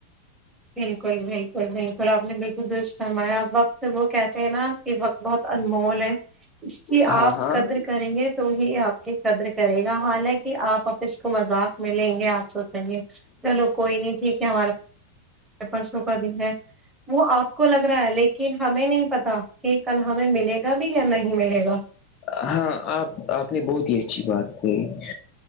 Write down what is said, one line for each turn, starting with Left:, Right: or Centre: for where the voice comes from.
Right: بالکل بالکل بالکل آپ نے بلک درست فرمایا وقت وہ کہتے ہیں نا کے وقت بہت انمول ہے اس کی
Left: ہاں
Right: آپ
Left: ہاں
Right: قدر کریں گے تو ہی آپ کی قدر کرے گا حالانکے آپ آپ اس کو مذاق میں لنیگے آپ سوچیں گے چلو کوئی نہیں ٹھیک ہے ہمارا پرسوں کا دن ہے وہ آپ کو لگ رہا ہے لیکن ہمیں نہیں پتا کے کل ہمیں ملے گا بھی یا نہیں ملے گا
Left: ہاں آپ آپ نے بہت ہی اچھی بات کہی